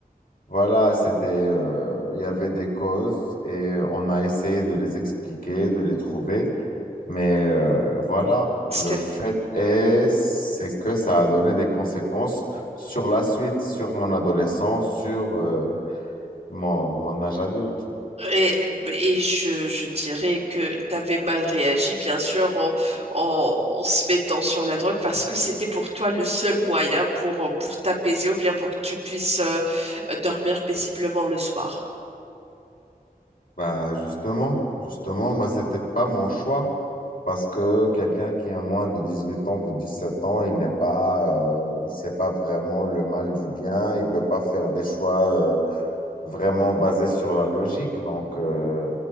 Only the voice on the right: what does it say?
C'était-
Et, et je, je dirais que tu avais mal réagi, bien sûr, en, en- en se mettant sur la drogue, parce que c'était pour toi le seul moyen pour, pour t'apaiser ou bien pour que tu puisses euh, dormir paisiblement le soir.